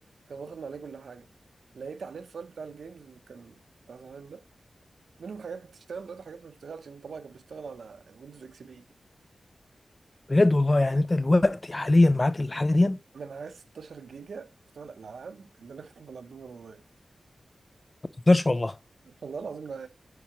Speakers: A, on the right (about 85°); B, on the left (about 25°).
A: كان واخد عليه كل حاجه لقيت عليه الفايل بتاع الجيمز اللي كان بتاع زمان ده منهم حاجات بتشتغل دلوقتي حاجات ما بتشتغلش انا طبعا كان بيشتغل على ويندوز اكس بي
B: بجد والله يعني انت دلوقتي حاليا معاك الحاجه دي ما
A: انا معايا 16 جيجا بتوع الالعاب اللي انا كنت بلعبهم وانا صغير
B: تقدرش والله
A: والله العظيم